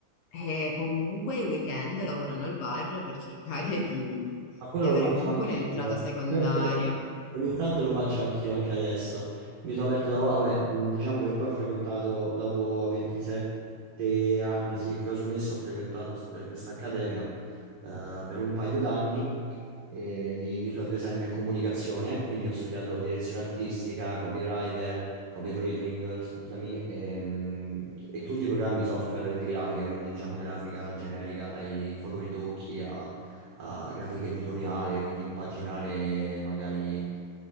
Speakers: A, on the left; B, on the right.
A: e comunque i weekend lavorano al bar per cercare di,
B: Ma quello
A: di avere
B: lo faccio
A: comunque
B: anch'io.
A: un'entrata secondaria.
B: <laughs> Ogni tanto lo faccio anch'io, anche adesso. Mi sono aperto da poco, vabbè, mh, diciamo che poi ho frequentato dopo 27 anni, sì, che ho smesso, ho frequentato eh, questa accademia eh, per un paio d'anni eh, di visual design e comunicazione, quindi ho studiato direzione artistica, copywriter, copywriting, eh, scusami, e, mh, e tutti i programmi software di grafica, quindi diciamo grafica generica, dai fotoritocchi a a grafica editoriale, quindi impaginare magari eh,